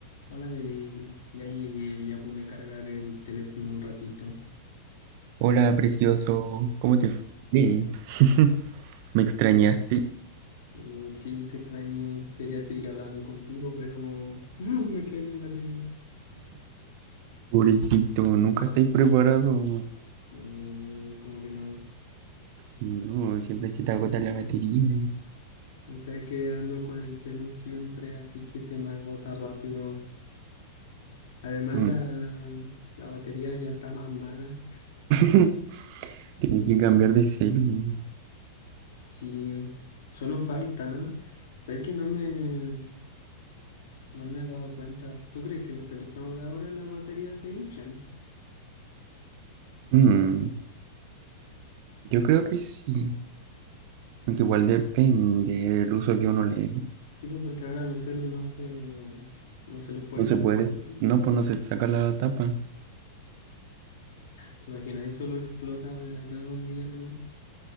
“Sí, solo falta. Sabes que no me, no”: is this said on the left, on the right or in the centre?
Left